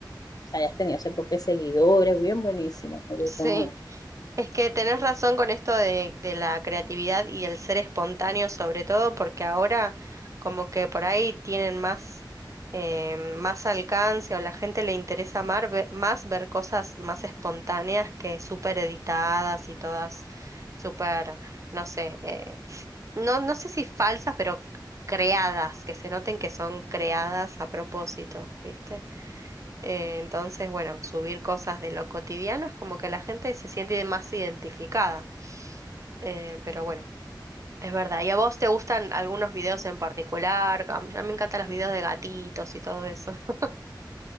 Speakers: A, on the left (about 50°); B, on the right (about 40°).
A: sea, hayas tenido ese poco de seguidores, bien buenísimo, me gustó
B: Sí.
A: mucho.
B: Es que tenés razón con esto de, de la creatividad y el ser espontáneo sobre todo, porque ahora como que por ahí tienen más, eh, más alcance o la gente le interesa mar- ve- más ver cosas más espontáneas que súper editadas y todas súper, no sé, eh, f- no, no sé si falsas, pero creadas, que se noten que son creadas a propósito, ¿viste? Eh, entonces, bueno, subir cosas de lo cotidiano es como que la gente se siente más identificada. Eh, pero bueno, es verdad. ¿Y a vos te gustan algunos videos en particular? A mí a mí me encantan los videos de gatitos y todo eso. <laughs>